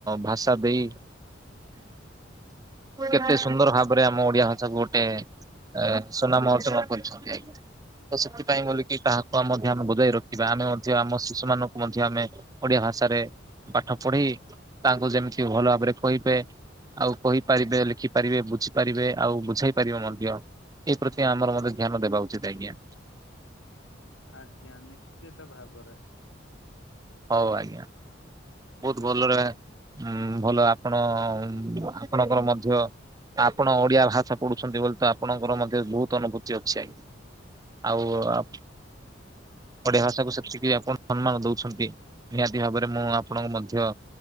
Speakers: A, on the right; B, on the left.
A: ଭାଷା ଦେଇ କେତେ ସୁନ୍ଦର ଭାବରେ ଆମ ଓଡିଆ ଭାଷାକୁ ଗୋଟେ ଅ ସୁନାମ ଅର୍ଜନ କରିଛନ୍ତି ଆଜ୍ଞା। ତ ସେଥିପାଇଁ ବୋଲିକି ତାହାକୁ ଆମ ଧ୍ୟାନ ବଜାଇ ଆମେ ରଖିବା ଆମେ ମଧ୍ୟ ଆମ ଶିଶୁ ମାନଙ୍କୁ ମଧ୍ୟ ଆମେ ଓ ଓଡିଆ ଭାଷାରେ ପାଠ ପଢେଇ ତାଙ୍କୁ ଯେମିତି ଭଲ ଭାବରେ କହିବେ। ଆଉ କହିପାରିବେ ଲେଖିପାରିବେ ବୁଝିପାରିବେ ଆଉ ବୁଝାଇ ପାରିବେ ମଧ୍ୟ। ଏଇ ପ୍ରତି ଆମର ମଧ୍ୟ ଧ୍ୟାନ ଦେବା ଉଚିତ ଆଜ୍ଞା।
B: ଆଜ୍ଞା ନିଶ୍ଚିତ ଭାବରେ।
A: ହୋଉ ଆଜ୍ଞା। ବୋହୁତ ଭଲରେ ଉଁ ଭଲ ଆପଣ ଆପଣଙ୍କର ମଧ୍ୟ ଆପଣ ଓଡିଆ ଭାଷା ପଢୁଛନ୍ତି ବୋଲି ତ ଆପଣଙ୍କର ମଧ୍ୟ ବୋହୁତ ଅନୁଭୂତି ଅଛି ଆଜ୍ଞା। ଆଉ ଆ ଓଡିଆ ଭାଷାକୁୁ ସେତିକି ଆପଣ ସମ୍ମାନ ଦୋଉଛନ୍ତି, ନିହାତି ଭାବରେ ମୁଁ ଆପଣଙ୍କୁ ମଧ୍ୟ ଅ